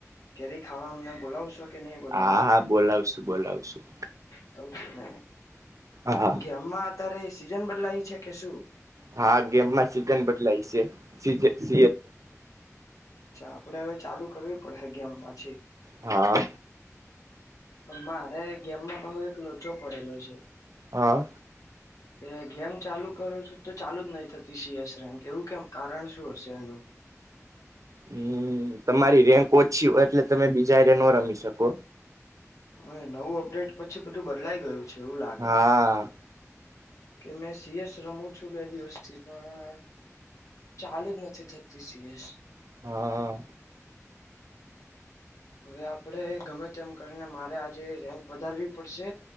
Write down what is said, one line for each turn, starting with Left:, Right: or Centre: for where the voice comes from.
Left: કેરી ખાવા અમને બોલાવ શો કે નહી બોલાવો.
Right: હા હા બોલાવશું બોલાવશું
Left: <unintelligible>
Right: હા
Left: અત્યારે સીઝન બદલાય છે કે શું
Right: હા ગેમમાં સીઝન બદલાય છે સ
Left: અચ્છા આપડે હવે ચાલુ કરવી પડેશે ગેમ પાછી.
Right: હા
Left: મારે ગેમમાં બહુ એક લોચો પડેલો છે
Right: હા.
Left: કે ગેમ ચાલુ કરું છું તો ચાલુ જ નહી થતી સીએશ રન કે એવું કેમ કારણ શું હશે એનું?
Right: હમ્મ તમારી રેન્ક ઓછી હોય એટલે તમે બીજા ન રમી શકો.
Left: હવે નવું અપડેટ પછી બધું બદલાઈ ગયું છે. એવું લાગે.
Right: હા
Left: કે મેં સીએસ રમું છું બે દિવસથી પણ ચાલુ જ નથી થતી સીએસ.
Right: હા.
Left: હવે આપડે ગમે તેમ કરીને મારે આજે રેન્ક વધારવી પડશે